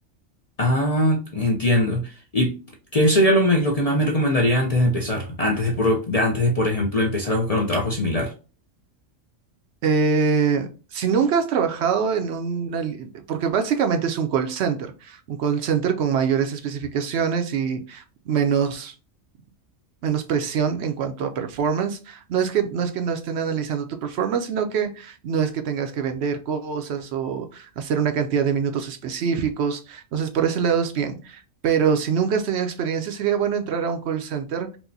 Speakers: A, on the left; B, on the right.
A: Ah, entiendo. ¿Y qué sería lo, me- lo que más me recomendaría antes de empezar? Antes de, por, de- antes de, por ejemplo, empezar a buscar un trabajo similar.
B: Eh, si nunca has trabajado en un, porque básicamente es un call center, un call center con mayores especificaciones y menos, menos presión en cuanto a performance. No es que, no es que no estén analizando tu performance, sino que no es que tengas que vender cosas o hacer una cantidad de minutos específicos. Entonces, por ese lado es bien. Pero si nunca has tenido experiencia, sería bueno entrar a un call center